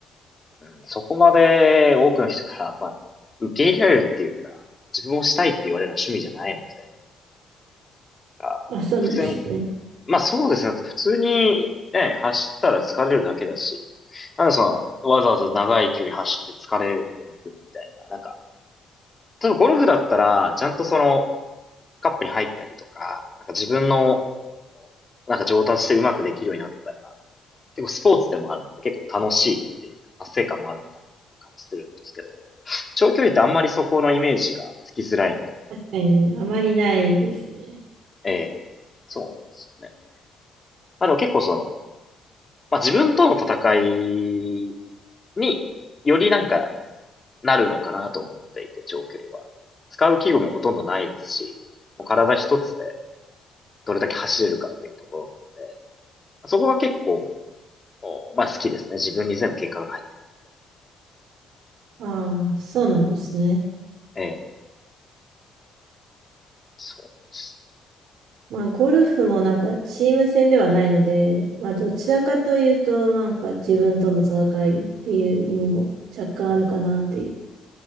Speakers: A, on the left; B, on the right.
A: うん、そこまで多くの人から、まあ、受け入れられるっていうか、自分をしたいって言われるのは趣味じゃないので、なんか普通に
B: まあ、そうなんですね。
A: まあそうですね。だって普通にね、走ったら疲れるだけだし、なんでその、わざわざ長い距離走って疲れに行くのみたいな。なんか、例えばゴルフだったら、ちゃんとその、カップに入ったりとか、なんか自分の、なんか上達してうまくできるようになったら、結構スポーツでもあるので結構楽しいっていうか、達成感もあるのかなっていう感じするんですけど、長距離ってあんまりそこのイメージがつきづらいみたいな。
B: 確かにあまりないですね。
A: ええ、そうなんですよね。まあでも結構その、まあ自分との戦いによりなんかなるのかなと思っていて、長距離は。使う器具もほとんどないですし、もう体一つでどれだけ走れるかっていうところなので、そこが結構、おまあ好きですね。自分に全部結果が返ってくる。
B: ああ、そうなんですね。
A: ええ、そうです。
B: まあ、ゴルフもなんかチーム戦ではないので、まあ、どちらかというと、なんか自分との戦いっていう意味も若干あるかなっていう